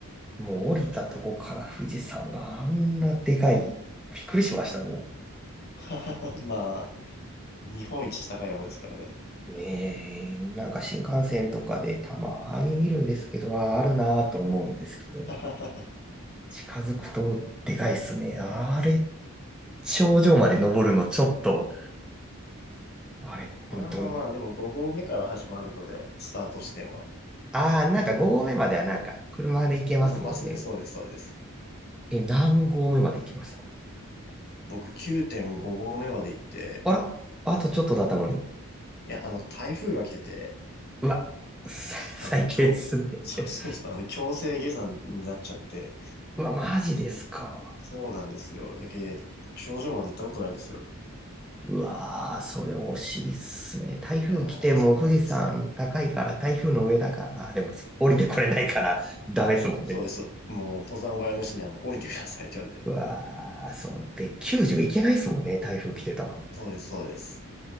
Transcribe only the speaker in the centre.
もう降りたとこから富士山があんなでかい、びっくりしましたも
ん。ねえ、なんか新幹線とかでたまに見るんですけど、ああるなぁと思うんですけど、
近づくとでかいっすね。あれ、頂上まで登るのちょっと、あれ、
ほんと、
あーなんか5合目まではなんか車で行けますもんね。
え、何合目まで行きました
あら、あとちょっとだったのに。
うわ、さ最低っすね。
<laughs>
うわ、マジですか。
うわー、それ惜しいっすね。台風来ても富士山高いから台風の上だから、
あでも降りてこれないからダメっすもんね。
うわー、そうで、90いけないっすもんね、台風来てたら。